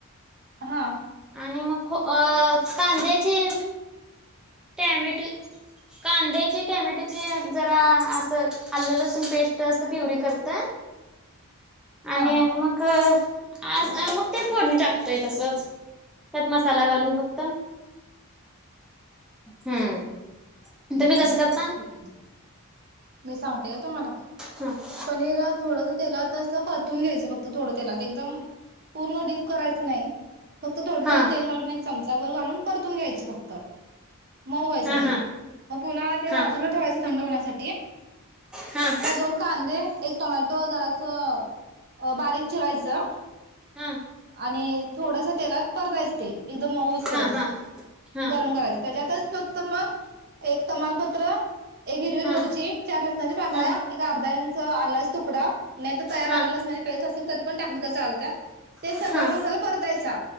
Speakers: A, on the right; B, in the centre.
A: हा
B: आणि मग कांद्याची टॅमटो कांद्याची टॅमेटोची जरा अस आलं असून पेस्ट अस प्युरी करत आणि
A: हा
B: मग आज मग ते फोडणी टाकतोय तसंच त्यात म चला घालून फक्त हम्म
A: बस
B: तुम्ही
A: ब
B: कसं करता
A: ठीक आहे मी सांगते का तुम्हाला
B: हा
A: पनीरा थोडास तेला तस परतून घ्यायचं फक्त थोडं तेलात एकदम पूर्ण डीप करायचं नाही फक्त थों
B: हा
A: थड तेलालून बर घालून परतून घ्यायचे फक्त मऊ यासाठी
B: हा हा
A: मग पुन्हा ते
B: हा
A: बाजूला ठेवायचं थंड होण्या झा
B: हा
A: मग दोन कांदे एक टोमॅटो जरा असं अ बारीक चिरायचं
B: हा
A: आणि थोडस तेलात परतायच ते मऊसपर्यंत
B: हा हा हा
A: गरम करायच त्याच्यातच फक्त मग एक तमालपत्र एक हिरवी
B: हा
A: मिरची चार लस पाकळ्या
B: हा
A: एक अर्धा इंच आलाच तुकडा नाही तर तयार
B: हा हा
A: आला लसणाची पे असेल तरी पण टाकली तर चालत ते सगळा
B: हा हा
A: मसाला परतायचा